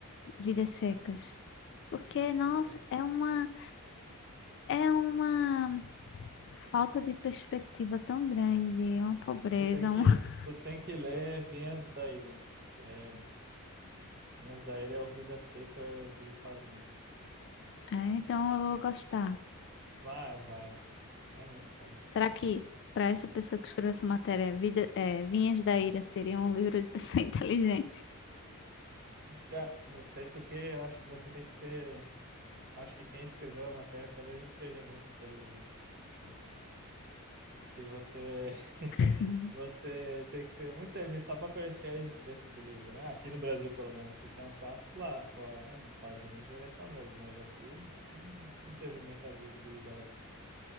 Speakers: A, on the left; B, on the right.
A: Vidas Secas. Porque, nossa,
B: Tu
A: é uma É uma falta de perspectiva tão grande, é uma pobreza.
B: tu tem que,
A: um- <laughs>
B: tu tem que ler Vinhas da Ira, então, porque é Vinhas da Ilha é o Vida Seca dos Estados Unidos.
A: É, então eu vou gostar.
B: Vai, vai. É muito bom.
A: Será que para essa pessoa que escreveu essa matéria, Vida, é, Vinhas da Ira seria um livro de pessoa <laughs> inteligente?
B: É, Não sei porque eu acho que você tem que ser. Acho que quem escreveu a matéria talvez não seja muito inteligente. E você, <laughs>
A: <laughs>
B: você tem que ser muito inteligente só para conhecer a existência do livro, né? Aqui no Brasil, pelo menos, porque é um clássico lá fora, né? Nos Estados Unidos ele é famoso, mas aqui, aqui não, não teve muita visibilidade